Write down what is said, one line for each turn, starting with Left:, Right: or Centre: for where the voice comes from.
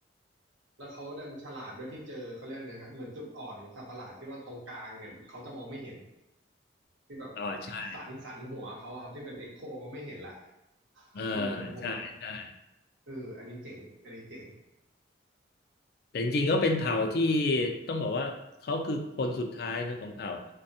Right: แล้วเขาดันฉลาดด้วยที่เจอเขาเรียกอะไรฮะเหมือนจุดอ่อนของสัตว์ประหลาดที่ว่าตรงกลางเนี่ยเขาจะมองไม่เห็นที่แบบ
Left: อ๋อใช่
Right: สันสันหัวเขาอะครับที่เป็นเอ็กโคเขาไม่เห็นละ
Left: เออ
Right: เออผมแบบ
Left: ใช่ใช่
Right: เอออันนี้เจ๋งอันนี้เจ๋ง
Left: แต่จริงๆก็เป็นเผ่าที่ต้องบอกว่าเขาคือคนสุดท้ายเนอะของเผ่า